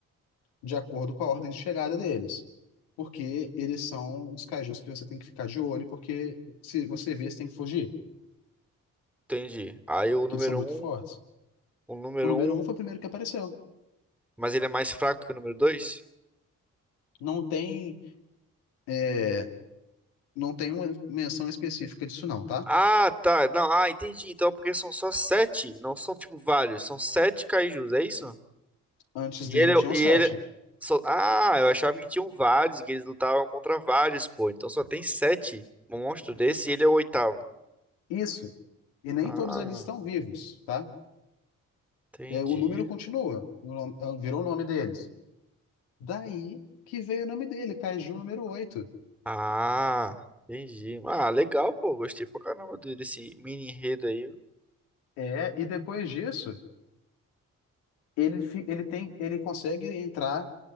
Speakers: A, on the left (about 80°); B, in the centre.
A: de acordo com a ordem de chegada deles. Porque eles são uns kaijus que você tem que ficar de olho, porque se você vê, você tem que fugir,
B: Entendi. Aí o
A: porque
B: número
A: eles são muito
B: um,
A: fortes.
B: o número
A: O número
B: um,
A: um foi o primeiro que apareceu.
B: mas ele é mais fraco que o número dois
A: Não tem, é, não tem uma menção específica disso, não, tá?
B: Ah, tá. Não, ah, entendi. Então, é porque são só sete, não são tipo vários, são sete kaijus, é isso?
A: Antes
B: E
A: dele
B: ele,
A: tinham
B: e
A: sete.
B: ele, só- ah, eu achava que tinham vários, que eles lutavam contra vários, pô. Então só tem sete monstros desse e ele é o oitavo.
A: Isso. E nem
B: Ah,
A: todos eles estão vivos, tá?
B: entendi.
A: É, o número continua. O nome- é, virou o nome deles. Daí que veio o nome dele, Kaiju número oito,
B: Ah, entendi. Ah, legal, pô. Gostei pra caramba do- desse mini enredo aí.
A: É, e depois disso, ele, fi- ele tem, ele consegue entrar